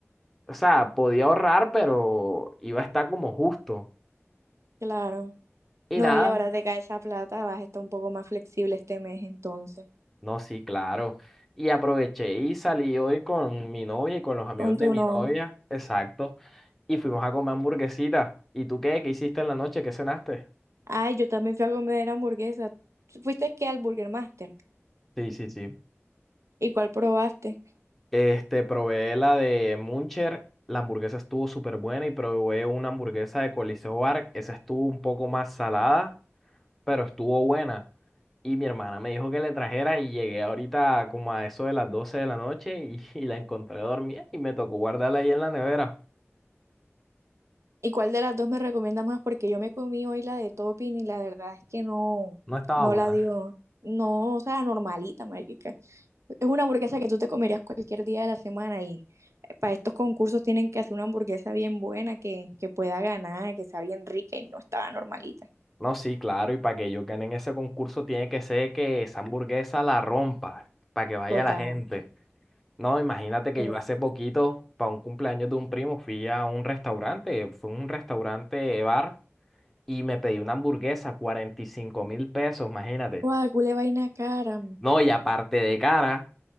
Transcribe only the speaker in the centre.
o sea, podía ahorrar, pero iba a estar como justo.
Y
nada,
no, sí, claro. Y aproveché y salí hoy con mi novia y con los amigos
de mi
novia, exacto. Y fuimos a comer hamburguesita. ¿Y tú qué? ¿Qué hiciste en la noche? ¿Qué cenaste?
Sí, sí, sí.
Este, probé la de Muncher, la hamburguesa estuvo súper buena y probé una hamburguesa de Coliseo Bar, esa estuvo un poco más salada, pero estuvo buena. Y mi hermana me dijo que le trajera y llegué ahorita como a eso de las 12 de la noche y, <laughs> y la encontré dormida y me tocó guardarla ahí en la nevera.
No estaba
buena.
No, sí, claro, y para que ellos ganen ese concurso tiene que ser que esa hamburguesa la rompa, para que vaya
la gente. No, imagínate que
yo hace poquito, para un cumpleaños de un primo, fui a un restaurante, fue un restaurante bar, y me pedí una hamburguesa, cuarenta y cinco mil pesos, imagínate.
No, y aparte de cara.